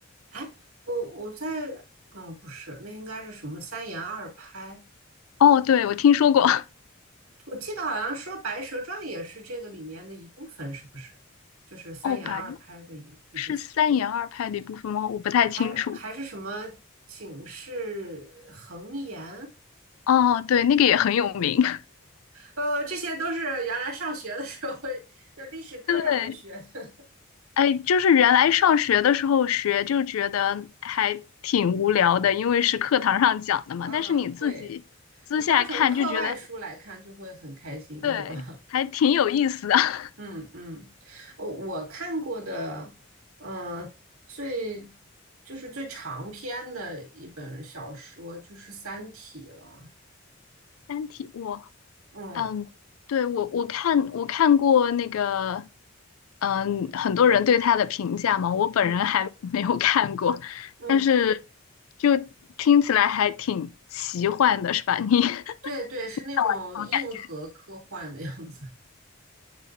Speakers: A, on the right; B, on the left.
A: 哎，我我在，嗯，不是，那应该是什么三言二拍？
B: 哦，对，我听说过，<laughs>
A: 我记得好像说《白蛇传》也是这个里面的一部分，是不是？就是三言二拍的一一部分，
B: 哦，白是三言二拍的一部分吗？我不太清楚。
A: 还还是什么警示横言？
B: 哦，对，那个也很有名。<laughs>
A: 呃，这些都是原来上学的时候，就历史课上面学的。
B: 对，哎，就是原来上学的时候学就觉得还挺无聊的，因为是课堂上讲的嘛。
A: <laughs> 啊，
B: 但是你自己私下看就觉得，
A: 对，你当成课外书来看就会很开心，
B: 对，
A: 是吧？
B: 还挺有意思的。<laughs>
A: 嗯嗯，我我看过的，嗯、最就是最长篇的一本小说就是《三体》了。
B: 《三体》，我，
A: 嗯
B: 嗯，对，我我看我看过那个，嗯，很多人对他的评价嘛，我本人还
A: 嗯
B: <laughs> 没有看过，
A: 嗯，
B: 但是就听起来还挺奇幻的，是吧？你 <laughs>
A: 对对，是那种硬核科幻的样子。
B: 好